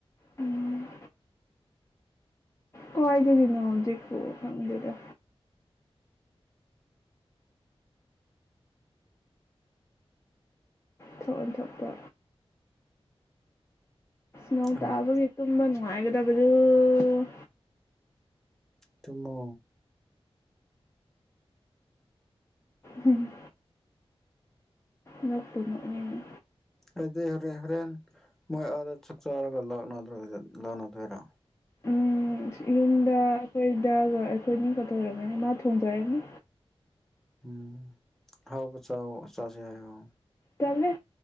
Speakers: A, on the left (about 25°); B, in the centre.
A: ꯎꯝ ꯀꯥꯏꯗꯒꯤ ꯅꯣꯡꯖ ꯄꯨ ꯈꯪꯗꯦꯗ ꯊꯣꯛ ꯑꯣꯟꯊꯣꯛꯄ ꯅꯣꯡ
B: ꯑꯉꯛ
A: ꯇꯥꯕꯒꯤ ꯇꯨꯝꯕ ꯅꯨꯡꯉꯥꯏꯒꯗ ꯗꯕꯗꯨ ꯎꯎꯎꯎꯎꯎꯎꯎ
B: ꯇꯨꯝꯃꯣ
A: ꯎꯝ ꯅꯣꯛꯄꯨ ꯅꯣꯛꯅꯤꯡꯑ
B: ꯑꯩꯗꯤ ꯍꯣꯔꯦꯟ ꯍꯣꯔꯦꯟ ꯃꯣꯏ ꯑꯥꯗ ꯆꯥꯛ ꯆꯥꯔꯒ ꯂꯥꯛꯅꯗ꯭ꯔꯣꯏꯌꯦ ꯂꯥꯅꯗꯣꯏꯔꯥ
A: ꯎꯝ ꯌꯨꯝꯗ ꯑꯩꯈꯣꯏꯗ ꯂꯣꯏ ꯑꯩꯈꯣꯏꯅꯤ ꯀꯗ ꯑꯣꯏꯔꯕꯅꯤ ꯃꯥ ꯊꯣꯡꯖꯔꯅꯤ
B: ꯎꯝ ꯑꯍꯥꯎꯕ ꯆꯥꯎꯋꯣ ꯆꯥꯁꯦ ꯍꯥꯏꯌꯣ
A: ꯇꯜꯂꯦ